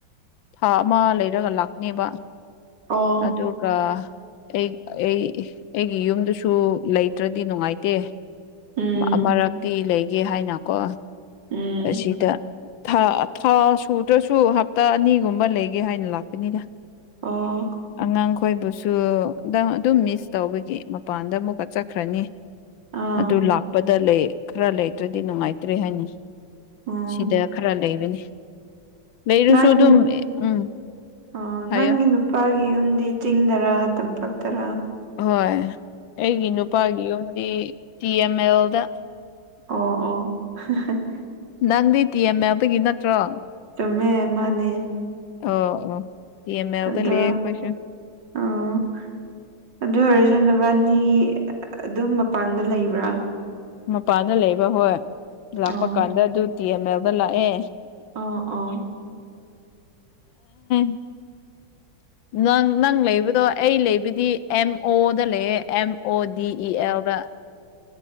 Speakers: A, on the left; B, on the right.
A: ꯊꯥ ꯑꯃ ꯂꯩꯔꯒ ꯂꯥꯛꯀꯅꯦꯕ
B: ꯑꯣ
A: ꯑꯗꯨꯒ ꯑꯩ ꯑꯩ ꯑꯩꯒꯤ ꯌꯨꯝꯗꯨꯁꯨ ꯂꯩꯇ꯭ꯔꯗꯤ ꯅꯨꯡꯉꯥꯏ ꯗꯦ
B: ꯎꯝ
A: ꯑꯃꯔꯛꯇꯤ ꯂꯩꯒꯦ ꯍꯥꯏꯅ ꯀꯣ
B: ꯎꯝ
A: ꯑꯁꯤꯗ ꯥ ꯊꯥ ꯁꯨꯗ꯭ꯔꯁꯨ ꯍꯞꯇꯥ ꯑꯅꯤꯒꯨꯝꯕ ꯂꯩꯒꯦ ꯍꯥꯏꯅ ꯂꯥꯛꯄꯅꯤꯅ
B: ꯑꯣ
A: ꯑꯉꯥꯡ ꯈꯣꯏꯕꯨꯁꯨ ꯅꯪ ꯑꯗꯨꯝ ꯃꯤꯁ ꯇꯧꯕꯒꯤ ꯃꯄꯥꯟꯗ ꯑꯃꯨꯛꯀ ꯆꯠꯈ꯭ꯔꯅꯤ
B: ꯑꯥ
A: ꯑꯗꯨ ꯂꯥꯛꯄꯗ ꯂꯩ ꯈ꯭ꯔ ꯂꯩꯇ꯭ꯔꯗꯤ ꯅꯨꯡꯉꯥꯏꯇ꯭ꯔꯦ ꯍꯥꯏꯅꯤ
B: ꯎꯝ
A: ꯁꯤꯗ ꯈꯔ ꯂꯩꯕꯅꯤ ꯂꯩꯔꯁꯨ
B: ꯅꯪꯒꯤ
A: ꯑꯗꯨꯝ
B: ꯅꯨ
A: ꯎꯝ
B: ꯑꯥ
A: ꯍꯥꯏꯌꯣ
B: ꯅꯪꯒꯤ ꯅꯨꯄꯥꯒꯤ ꯌꯨꯝꯗꯤ ꯆꯤꯡꯗꯔꯥ ꯇꯝꯄꯛ ꯇꯔꯥ
A: ꯍꯣꯏ ꯑꯩꯒꯤ ꯅꯨꯄꯥꯒꯤ ꯌꯨꯝꯗꯤ ꯇꯤ ꯑꯦꯝ ꯑꯦꯜꯗ
B: ꯑꯣ ꯑꯣ <unintelligible>
A: ꯅꯪꯗꯤ ꯇꯤ ꯑꯦꯝ ꯑꯦꯜꯗꯒꯤ ꯅꯠꯇ꯭ꯔꯣ
B: ꯆꯨꯝꯃꯦ ꯃꯥꯟꯅꯦ
A: ꯑꯣ ꯑꯣ ꯇꯤ ꯑꯦꯃ ꯑꯦꯜꯗ
B: ꯑꯗꯣ
A: ꯂꯩꯌꯦ ꯑꯈꯣꯏꯁꯨ
B: ꯑꯥ ꯑꯗꯨ ꯑꯣꯏꯔꯁꯨ ꯅꯕꯥꯅꯤ ꯑꯗꯨꯝ ꯃꯄꯥꯟꯗ ꯂꯩꯕ꯭ꯔꯥ
A: ꯃꯄꯥꯟꯗ ꯂꯩꯕ ꯍꯣꯏ ꯂꯥꯛꯄ
B: ꯑꯣ
A: ꯀꯥꯟꯗ ꯑꯗꯨ ꯇꯤ ꯑꯦꯝ ꯑꯦꯜꯗ ꯂꯥꯛꯑꯦ
B: ꯑꯣ ꯑꯣ
A: <unintelligible> ꯅꯪ ꯅꯪ ꯂꯩꯕꯗꯣ ꯑꯩ ꯂꯩꯕꯗꯤ ꯑꯦꯝ ꯑꯣꯗ ꯂꯩꯌꯦ ꯑꯦꯝ ꯑꯣ ꯗꯤ ꯏ ꯑꯦꯜꯗ